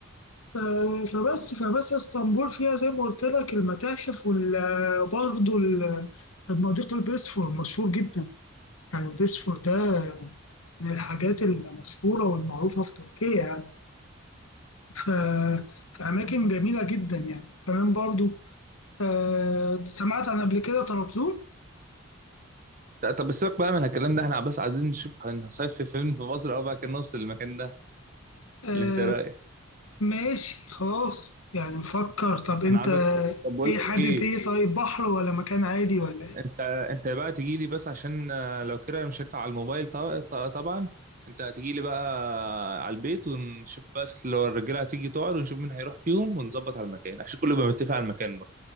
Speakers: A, on the left; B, on the right.
A: ف- فبس فبس اسطنبول فيها زي ما قلت لك المتاحف وبرضه المضيق البيسفور مشهور جدا يعني البيسفور ده من الحاجات المشهورة والمعروفة في تركيا ف- في أماكن جميلة جدا يعني كمان برضو آه، سمعت عن قبل كده طرابزون
B: ده- طب سيبك بقى من الكلام ده احنا بس عايزين نشوف هنصيف فين في مصر او بقى كان نوصل للمكان ده
A: آه،
B: اللي انت إيه رايك
A: ماشي خلاص يعني نفكر طب أنت
B: انا عايزك طب بقول
A: إيه
B: لك
A: حابب
B: ايه
A: إيه طيب بحر ولا مكان عادي ولا إيه
B: انت انت بقى تجي لي بس عشان آه، لو كده مش هينفع على الموبايل ط- ط- طبعا انت هتجي لي بقى على البيت ونشوف بس لو الرجاله هتيجي تقعد ونشوف مين هيروح فيهم ونظبط على المكان عشان كله يبقى متفق على المكان بقى